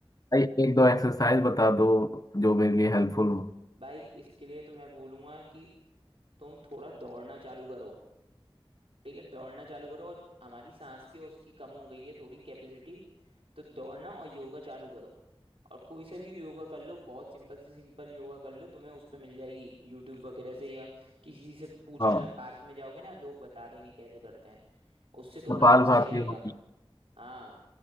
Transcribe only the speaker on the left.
भाई एक दो एक्सरसाइज बता दो जो मेरे लिए हेल्पफुल हो
हाँ
कपाल
भाती
हो